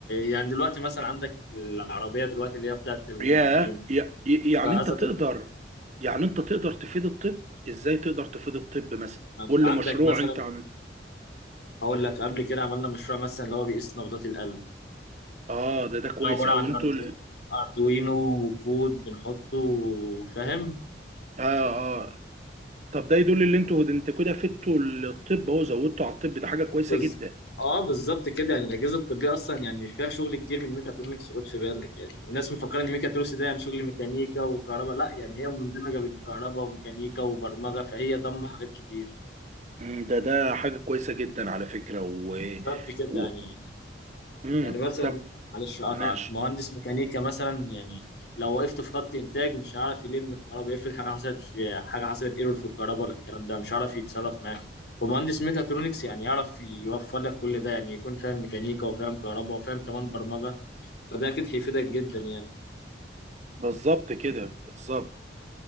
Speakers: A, on the left (about 65°); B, on the right (about 40°).
A: يعني دلوقتي مثلا عندك العربيه دلوقتي اللي هي بتاعت المعاقين
B: يا يا- يعني
A: جهازة
B: انت تقدر
A: طب
B: يعني انت تقدر تفيد الطب ازاي تقدر تفيد الطب مثلا
A: ما انت
B: قول
A: عندك
B: لي مشروع
A: مثلا
B: انت عمل
A: هقول لك قبل كده عملنا مشروع مثلا اللي هو بيقيس نبضات القلب
B: اه ده ده كويس
A: ده عباره
B: قوي
A: عن
B: انتوا
A: أردو...
B: ال...
A: اردوينو وكود بنحطه فاهم
B: اه اه طب ده يدل ان انتوا انت كده فدتوا الطب اهو زودتوا على الطب ده حاجة كويسة
A: بز...
B: جدا
A: اه بالظبط كده يعني الاجهزه الطبيه اصلا يعني فيها شغل كتير من ميكاترونكس خد في بالك يعني الناس مفكره ان ميكاترونكس ده يعني شغل ميكانيكا وكهرباء لا يعني هي مندمجه بين كهرباء وميكانيكا وبرمجه فهي ضم حاجات كتير
B: مم، ده ده حاجة كويسة جدا على فكرة و,
A: بالظبط كده
B: و...
A: يعني
B: مم.
A: يعني مثلا
B: ده
A: معلش اقطعك
B: ماشي
A: مهندس ميكانيكا مثلا يعني لو وقفت في خط انتاج مش هعرف يلم الكهرباء افرض حاجه حصلت في حاجه حصلت ايرور في الكهرباء ولا الكلام ده مش هعرف يتصرف معاه فمهندس ميكاترونكس يعني يعرف يوفر لك كل ده يعني يكون فاهم ميكانيكا وفاهم كهرباء وفاهم كمان برمجه فده اكيد هيفيدك جدا يعني
B: بالظبط كده بالظبط